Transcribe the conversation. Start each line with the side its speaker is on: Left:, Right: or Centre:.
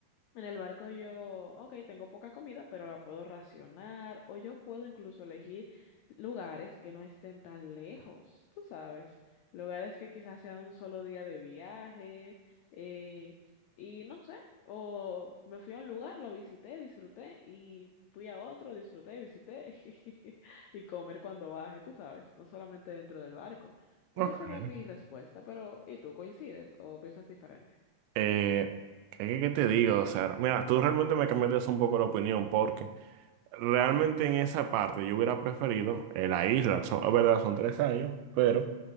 Left: En el barco yo, ok, tengo poca comida, pero la puedo racionar o yo puedo incluso elegir lugares que no estén tan lejos, tú sabes, lugares que quizás sea un solo día de viaje eh, y no sé, o me fui a un lugar, lo visité, disfruté y fui a otro, disfruté, visité <laughs> y comer cuando baje, tú sabes, no solamente dentro del barco.
Right: Ok.
Left: Esa sería mi respuesta, pero ¿y tú coincides o piensas diferente?
Right: Eh, ¿qué, qué qué te digo? O sea, mira, tú realmente me cambiaste un poco la opinión, porque Realmente en esa parte yo hubiera preferido eh, la isla, son, es verdad, son tres años, pero